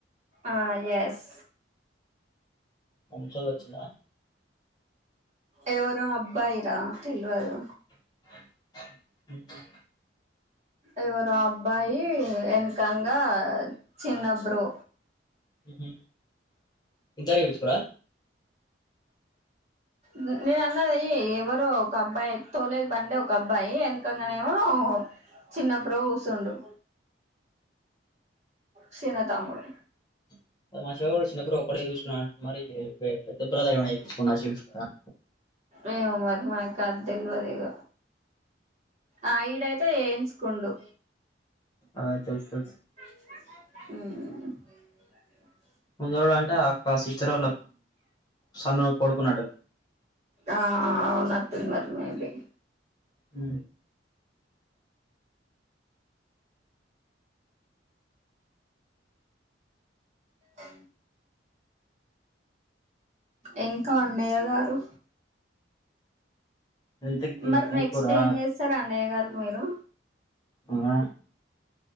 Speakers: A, on the right (about 35°); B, on the left (about 20°).
A: ఆ ఎస్
B: అంషవచ్చిందా
A: ఎవరో అబ్బాయీ రా తెల్వదు
B: ఉమ్ హుమ్
A: ఎవరో అబ్బాయి వెనకంగా చిన్నబ్రో
B: ఉ హుమ్ ఇద్దారే తీసుకుర్ర
A: నే నేను అన్నాది ఎవరో ఒక అబ్బాయి తోలే బండి ఒక అబ్బాయి వెనకంగా మేము చిన్న బ్రో కూచండు సీన్న తమ్ముడు
B: <unintelligible> బ్రో ఎప్పుడే పిచ్చుకు న్న మరి పెద్ద బ్రదర్ ఏ పిచ్చుకున్న శివ్ వ్ ఆ
A: ఏమో మరి మనకు అది తెలువది ఇగ ఆ ఇడైతే చేయించుకుండు
B: ఆ తెలుసు తెలుసు
A: హు
B: ముందోడు అంటే అక్క సిస్టర్ వాళ్ళ సన్న కొడుకున్నట్ది
A: ఆ అవునట్టుంది మరి మీది
B: హ్
A: అ ఇంకా అన్నయ్య గారు
B: ఇంతకి
A: మరి నెక్స్ట్
B: కూరా
A: ఏం చేస్తారు అన్నయ్య గారు మీరు
B: వ